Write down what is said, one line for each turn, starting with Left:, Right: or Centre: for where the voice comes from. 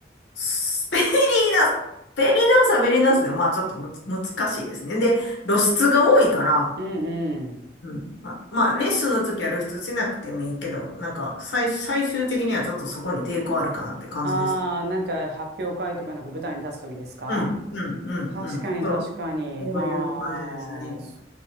Left: スベリーダンス、ベリーダンスはベリーダンスで、まあちょっとむつ難しいですね。で、露出が多いから、
Right: うんうん。
Left: うん。あ、まあ、レッスンの時は露出しなくてもいいけど、なんか、最、最終的にはちょっとそこに抵抗あるかなって感じでした。
Right: ああ、なんか発表会とかなんか舞台に立つ時ですか
Left: うん、うん、うん、
Right: 確かに確かに。
Left: うん。そう、そういう感じですね。
Right: ああ、そ